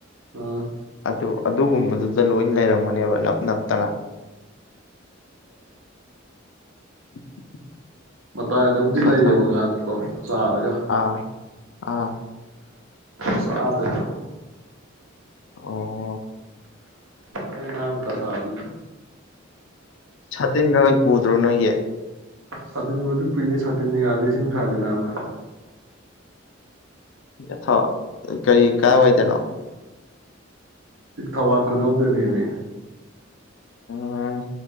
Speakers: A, on the right; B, on the left.
A: ꯑꯥ
B: ꯑꯗꯨ ꯑꯗꯨꯒꯨꯝꯕꯗꯨꯗ ꯂꯣꯏꯅ ꯂꯩꯔꯝꯒꯅꯦꯕ ꯅꯞ ꯅꯞꯇꯅ <unintelligible>
A: ꯃꯇꯥꯏꯗꯕꯨꯗꯤ
B: ꯁꯥ
A: ꯂꯩꯌꯦꯕ
B: ꯁꯥ
A: ꯀ‌ꯣ ꯉꯥꯁꯦ ꯀꯣ ꯆꯥꯔꯒ
B: ꯑꯥ ꯑꯥ
A: ꯆꯥꯗ‌ꯦ ꯍꯥꯏꯕ
B: ꯑꯣ
A: ꯑꯗꯨꯅꯤ ꯅꯥꯕ ꯗꯁꯥꯁꯤ
B: ꯇꯤꯟꯒ ꯄꯨꯗ꯭ꯔ‌ꯣ ꯅ‌ꯣꯏꯒꯤ
A: ꯁꯥꯇꯤꯟꯕꯨꯗꯨ ꯄꯨꯏꯅꯦ ꯁꯥꯇꯤꯟꯟꯅ ꯌꯥꯗꯦ ꯁꯤ ꯅꯨꯡꯁꯥꯁꯤ ꯅꯥꯕ
B: ꯌꯊꯥ ꯀꯔꯤ ꯀꯥꯏꯋꯥꯏꯗꯅꯣ
A: ꯊꯥꯋꯥꯟ ꯈꯨꯅꯎꯗꯅꯦꯃꯤ
B: ꯎꯡ